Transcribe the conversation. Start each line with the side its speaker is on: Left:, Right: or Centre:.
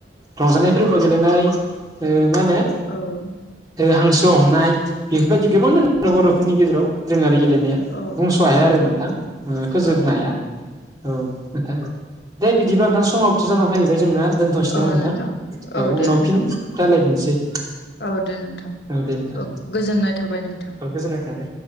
Right: रंजानायफोरबो गेलेनाय मा होनो
Left: औ
Right: हांसो हमनाय बेफोरबायदि गोबां द बर'फोरनि गेजेराव दोरोङारि गेलेनाया
Left: औ
Right: बुंस' हाया
Left: औ
Right: आरो नोंथां फोजोबनो
Left: औ नोंथां
Right: हाया औ नोंथां दे बिदिब्ला नोंथां समावथ'
Left: औ
Right: जानानै फैबाय जोंना दोनथ'सै
Left: औ
Right: नामा नोंथां औ
Left: दे
Right: उनाव
Left: नोंथां
Right: फिन रायलायफिनसै।
Left: औ दे नोंथां
Right: दे नोंथां
Left: औ गोजोननाय थाबाय नोंथां
Right: गोजोननाय थाबाय